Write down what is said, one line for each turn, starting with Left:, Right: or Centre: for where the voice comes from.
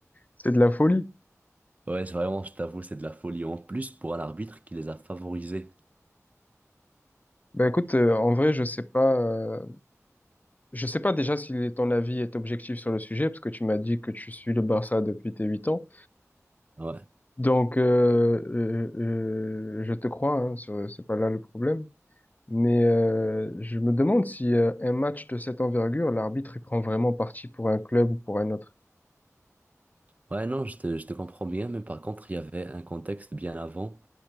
Left: C'est de la folie.
Right: Ouais, c'est vraiment, je t'avoue, c'est de la folie. En plus, pour un arbitre qui les a favorisés.
Left: Ben écoute, euh, en vrai, je sais pas. euh, je sais pas déjà si ton avis est objectif sur le sujet, parce que tu m'as dit que tu suis le Barça depuis tes 8 ans.
Right: Ouais.
Left: Donc, euh, euh, euh, je te crois, hein, sur- c'est pas là le problème. Mais euh, je me demande si euh, un match de cette envergure, l'arbitre, il prend vraiment parti pour un club ou pour un autre.
Right: Ouais, non, je te, je te comprends bien, mais par contre, il y avait un contexte bien avant.